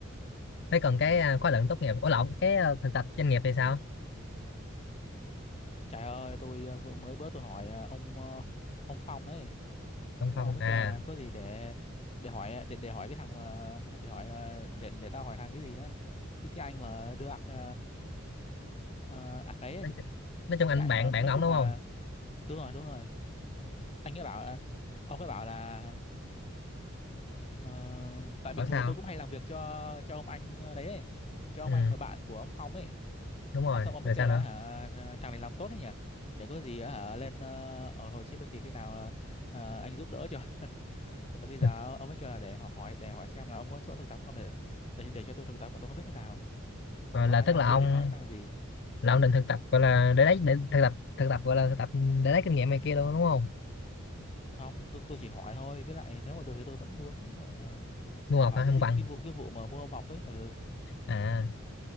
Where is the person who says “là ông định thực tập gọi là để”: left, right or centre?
Left